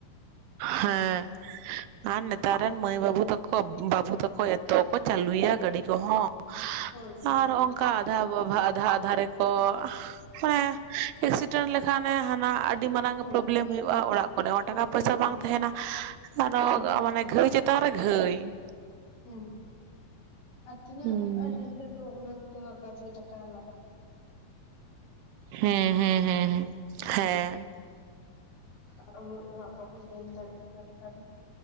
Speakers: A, on the right; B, on the left.
A: ᱦᱮᱸ, ᱟᱨ ᱱᱮᱛᱟᱨ ᱨᱮᱱ ᱢᱟᱹᱭ ᱵᱟᱹᱵᱩ ᱛᱟᱠᱚ ᱵᱟᱹᱵᱩ ᱛᱟᱠᱚ ᱮᱛᱚ ᱠᱚ ᱪᱟᱹᱞᱩᱭᱟ ᱜᱟᱹᱰᱤ ᱠᱚᱦᱚᱸ ᱾
B: ᱦᱳᱭ ᱦᱳᱭ
A: ᱟᱨ ᱝᱠᱟ ᱟᱫᱷᱟ ᱵᱟ ᱟᱫᱷᱟ ᱟᱫᱷᱟ ᱨᱮᱠᱚ, ᱦᱮᱸ ᱮᱠᱥᱤᱰᱮᱱᱴ ᱞᱮᱠᱷᱟᱱ ᱮ ᱦᱟᱱᱟ ᱟᱹᱰᱤ ᱟᱹᱰᱤ ᱢᱟᱨᱟᱝ
B: ᱦᱮᱸ
A: ᱯᱨᱚᱵᱞᱮᱢ ᱦᱩᱭᱩᱜᱼᱟ ᱚᱲᱟᱜ ᱠᱚᱨᱮ ᱦᱚᱸ
B: ᱦᱳᱭ
A: ᱴᱟᱠᱟ ᱯᱚᱭᱥᱟ
B: ᱦᱳᱭ
A: ᱵᱟᱝ ᱛᱟᱦᱮᱱᱟ ᱟᱫᱚ
B: ᱦᱮᱸ
A: ᱚᱱᱮ ᱜᱷᱟᱹᱲᱤᱪ ᱛᱟᱨ ᱜᱟᱹᱭ,
B: ᱦᱩᱸ ᱟᱨ ᱛᱤᱱᱟᱹᱜ
A: ᱦᱩᱸ
B: ᱟᱨ ᱱᱤᱛᱚᱜ ᱫᱚ ᱚᱱᱟ ᱠᱚᱫᱚ ᱜᱟᱭᱫᱮ ᱴᱟᱠᱟ ᱞᱟᱜᱟᱜᱼᱟ ᱾
A: ᱦᱮᱸ ᱦᱮᱸ ᱦᱮᱸ ᱦᱸ ᱦᱮᱸᱻ,
B: ᱟᱫ ᱩᱱᱟᱹᱜ ᱫᱚ ᱦᱟᱸᱜ ᱵᱟᱵᱚᱱ ᱮᱢ ᱫᱟᱲᱮᱜ-ᱟ ᱯᱟᱸᱪ ᱯᱟᱫᱚᱱ ᱾